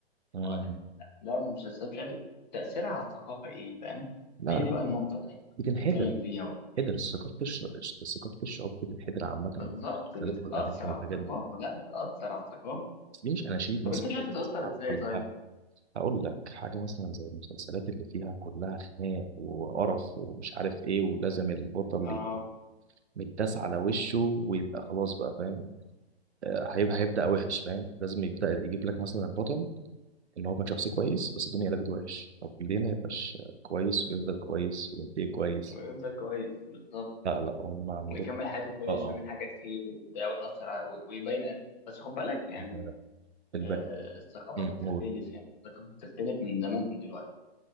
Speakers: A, on the right (about 90°); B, on the left (about 40°).
A: مم.
B: هو الأفلام والمسلسلات مش عارف إيه، تأثيرها على الثقافة إيه فاهم؟
A: لا
B: هي
A: لا
B: دي بقى النقطة اللي إحنا
A: بتنحدر
B: بنتكلم فيها و- إيه
A: هدر ثقافة الش... الش- ثقافة الشعوب بتنحدر عامة في
B: بالظبط
A: المسلسلات
B: بتتأثر
A: والأغاني والحاجات
B: على الثقافة
A: دي
B: لا بتأثر على الثقافة
A: بس دي مش أناشيد
B: طب
A: مثلا
B: أنت مش عارف تتأثر
A: بتسمعها
B: إزاي
A: ولا
B: طيب؟
A: حاجة هقول لك حاجة مثلا زي المسلسلات اللي فيها كلها خناق وقرف ومش عارف إيه ولازم البطل
B: آه
A: متداس على وشه ويبقى خلاص بقى فاهم آه، هيبقى هيبدأ وحش فاهم لازم يبدأ يجيب لك مثلا البطل ان هو كان شخص كويس بس الدنيا قلبت وحش طب ليه ما يبقاش كويس ويفضل كويس وينتهي كويس
B: ويفضل كويس بالظبط
A: لا لا هم عندهم
B: ويكمل حياته كويس
A: اه
B: ويعمل حاجات خير وبتاع وتأثر على و- ويبين بس خد بالك يعني
A: اه في الباقي
B: آه، الثقافة
A: أمم،
B: بتختلف
A: موت.
B: يعني الثقافة بتختلف من زمان عن دلوقتي